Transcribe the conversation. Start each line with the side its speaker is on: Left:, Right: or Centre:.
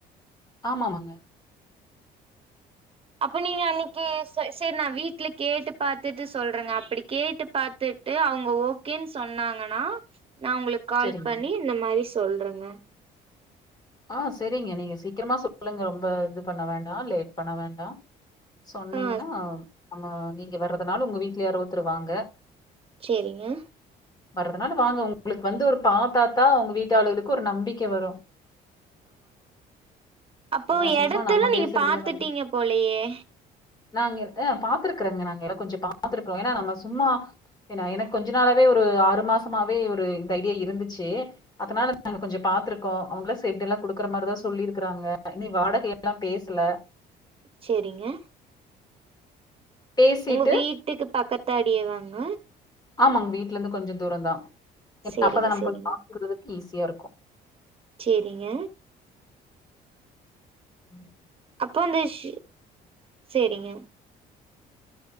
Left: ஆமாமாங்க
Right: அப்போ நீங்க அன்னைக்கி செ செரி நா வீட்ல கேட்டு பாத்துட்டு சொல்றேங்க அப்டி கேட்டு பாத்துட்டு அவுங்க ஓகேன்னு சொன்னாங்கன்னா நா உங்களுக்கு கால்
Left: சரிங்க.
Right: பண்ணி இந்த மாரி சொல்றங்க
Left: ஆ செரிங்க நீங்க சீக்கிரமா சொல்லுங்க ரொம்ப இது பண்ண வேண்டா லேட் பண்ண வேண்டா சொன்னீங்கன்னா
Right: ஆ
Left: நம்ம நீங்க வர்றதுனாலு உங்க வீட்ல யாரு ஒத்துருவாங்க
Right: செரிங்க
Left: வர்துனால வாங்க உங்களுக்கு வந்து ஒரு பாத்தாத்தா உங்க வீட்டாளலுகளுக்கு ஒரு நம்பிக்க வரு
Right: அப்போ
Left: ஏன்னா சும்மா
Right: எடத்தல
Left: நம்ம
Right: நீங்க
Left: பேசுறதுல
Right: பாத்துட்டீங்க
Left: நம்பி
Right: போலேயே
Left: நாங்க ஆ பாத்துருக்கறங்க நாங்க எட கொஞ்ச பாத்துருக்கிறோ ஏனா நம்ம சும்மா ஏனா எனக்கு கொஞ்ச நாளாவே ஒரு ஆறு மாசமாவே ஒரு இந்த ஐடியா இருந்துச்சு அதனால நாங்க கொஞ்ச பாத்துருக்கோ அவுங்கால செட்ல்லா குடுக்குற மாரிதா சொல்லி இருக்றாங்க இனி வாடகை எல்லா பேசல
Right: செரிங்க
Left: பேசிட்டு
Right: உங்க வீட்டுக்கு பக்கத்தாடியே வாங்க
Left: ஆமாங்க வீட்லந்து கொஞ்ச தூரந்தா ஏனா
Right: சேரிங்க
Left: அப்ப தா நம்ம
Right: சேரிங்க
Left: போய் பாக்கறதுக்கு ஈஸியாக இருக்கு
Right: செரிங்க
Left: ம்
Right: அப்போ ஸ் செரிங்க